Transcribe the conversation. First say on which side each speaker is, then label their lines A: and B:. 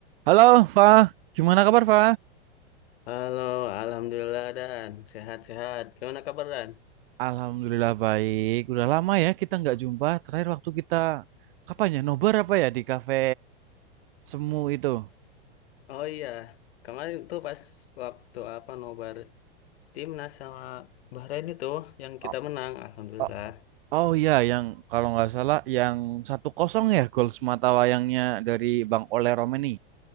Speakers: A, on the right; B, on the left.
A: Halo, Fa. Gimana kabar, Fa?
B: Halo, Alhamdulillah Dan. Sehat-sehat. Gimana kabar Dan?
A: Alhamdulillah baik. Udah lama ya kita nggak jumpa. Terakhir waktu kita kapan ya? Nobar apa ya di kafe Semu itu?
B: Oh iya, kemarin tuh pas waktu apa nobar timnas sama Bahrain itu yang kita
A: Oh,
B: menang, Alhamdulillah.
A: oh, oh iya, yang kalau nggak salah yang satu kosong ya gol semata wayangnya dari Bang Ole Romeni.